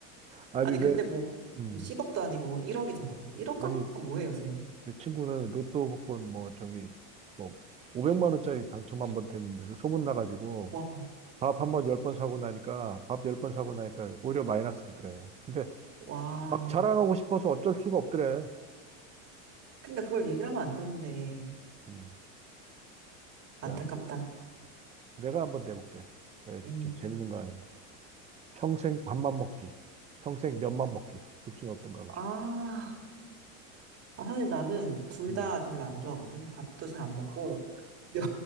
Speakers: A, on the right (about 15°); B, on the right (about 40°).
A: 아니,
B: 아니,
A: 내,
B: 근데 뭐,
A: 음.
B: 뭐 10억도 아니고 1억이잖아. 1억
A: 아니,
B: 갖고 뭐해, 요새.
A: 내 친구는 로또 복권 뭐 저기 뭐 500만 원짜리 당첨 한 번 됐는데도 소문 나가지고
B: 와,
A: 밥 한 번 열 번 사고 나니까 밥 열 번 사고 나니까 오히려 마이너스더래. 근데
B: 와.
A: 막 자랑하고 싶어서 어쩔 수가 없더래.
B: 근데 그걸 얘기를 하면 안 되는데.
A: 음.
B: 안타깝다.
A: 야, 그 내가 한번 내볼게. 내가
B: 음.
A: 진짜 재밌는 거 아닌데. 평생 밥만 먹기, 평생 면만 먹기. 둘 중에 어떤 거 하고
B: 아,
A: 싶어?
B: 아, 사실 나는 둘
A: 음.
B: 다 별로 안 좋아하거든. 밥도 잘 안 먹고. 면,